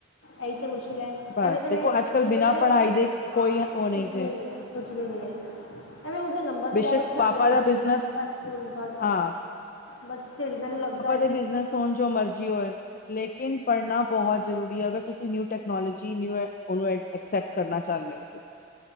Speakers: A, on the left; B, on the left.
A: ਇਹੀ ਤੇ ਮੁਸ਼ਕਿਲ ਐ
B: ਬਸ
A: ਐਵੇਂ ਤੇ ਮੇਰੇ
B: ਦੇਖੋ ਅੱਜ
A: ਮੇਰੇ
B: ਕੱਲ
A: ਬੇਟੇ
B: ਬਿਨਾਂ
A: ਦਾ
B: ਪੜ੍ਹਾਈ ਦੇ
A: ਹਾਂ,
B: ਕੋਈ ਉਹ
A: ਕੁਛ
B: ਜੇ
A: ਵੀ ਨਹੀਂ ਐ। ਕੁਝ ਵੀ ਨਹੀਂ ਐ। ਐਵੇਂ ਉਸਦੇ ਨੰਬਰ ਤੇ
B: ਬੇਸ਼ੱਕ
A: ਬਹੁਤ ਅੱਛੇ
B: ਪਾਪਾ
A: ਆਉਂਦੇ ਰਹੇ,
B: ਦਾ ਬਿਜ਼ਨਸ
A: ਪਰ ਸਕੂਲ ਬਟ
B: ਹਾਂ
A: ਬਟ ਸਟਿਲ ਮੈਨੂੰ ਲੱਗਦਾ ਏ
B: ਬਿਜਨਸ ਹੋਣ ਜੋ ਮਰਜ਼ੀ ਹੋਏ ਲੇਕਿਨ ਪੜ੍ਹਨਾ ਬਹੁਤ ਜ਼ਰੂਰੀ ਐ ਅਗਰ ਤੁਸੀਂ ਨਿਊ ਟੈਕਨੋਲੋਜੀ, ਨਿਊ ਉਹਨੂੰ ਐਡ ਐਕਸੈਪਟ ਕਰਨਾ ਚਾਹੁੰਦੇ ਓ।